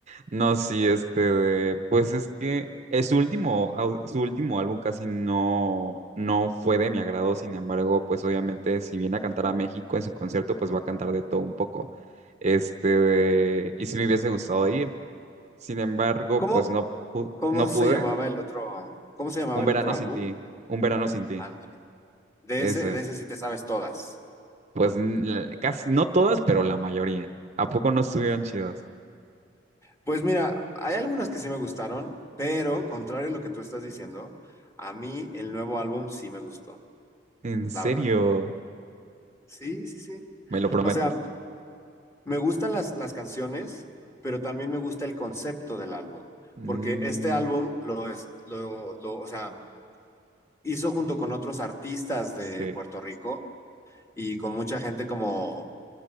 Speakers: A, on the right; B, on the left.
A: No, sí, este, de- pues es que eh, su último, au- su último álbum casi no, no fue de mi agrado, sin embargo, pues obviamente si viene a cantar a México en su concierto, pues va a cantar de todo un poco. Este, de- y sí me hubiese gustado ir, sin embargo,
B: ¿Cómo,
A: pues no, pu-
B: cómo
A: no pude.
B: se llamaba el otro, cómo se llamaba
A: Un
B: el
A: verano
B: otro álbum?
A: sin ti, un verano sin ti.
B: Ándale, de
A: Ese,
B: ese, de ese sí te sabes todas.
A: pues n- la- casi, no todas, pero la mayoría. ¿A poco no estuvieron chidas?
B: Pues mira, hay algunas que sí me gustaron, pero contrario a lo que tú estás diciendo, a mí el nuevo álbum sí me gustó,
A: ¿En serio?
B: la verdad. Sí, sí, sí.
A: ¿Me lo prometes?
B: O sea, me gustan las, las canciones, pero también me gusta el concepto del álbum,
A: Mm,
B: porque este álbum lo es, lo, lo, o sea, hizo junto con otros artistas
A: sí,
B: de Puerto Rico y con mucha gente como